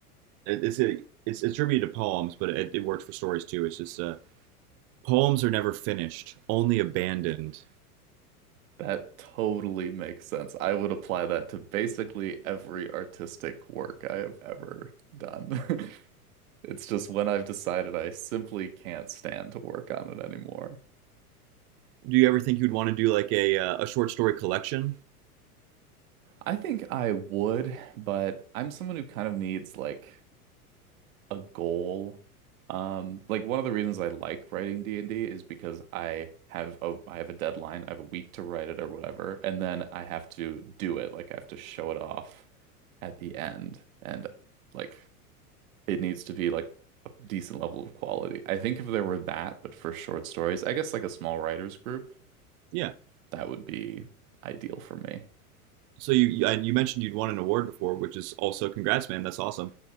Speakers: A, on the right; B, on the right.
A: it- it's a, it's attributed to poems, but it, it works for stories too. It's just uh, poems are never finished, only abandoned.
B: That totally makes sense. I would apply that to basically every artistic work I have ever done. <laughs> It's just when I've decided I simply can't stand to work on it anymore.
A: Do you ever think you'd want to do like a uh, a short story collection?
B: I think I would, but I'm someone who kind of needs like a goal. Um, like one of the reasons I like writing D&D is because I have a I have a deadline, I have a week to write it or whatever, and then I have to do it. Like I have to show it off at the end. And like it needs to be like a decent level of quality. I think if there were that, but for short stories, I guess like a small writers group,
A: Yeah.
B: that would be ideal for me.
A: So you you- mentioned you'd won an award before, which is also congrats, man. That's awesome.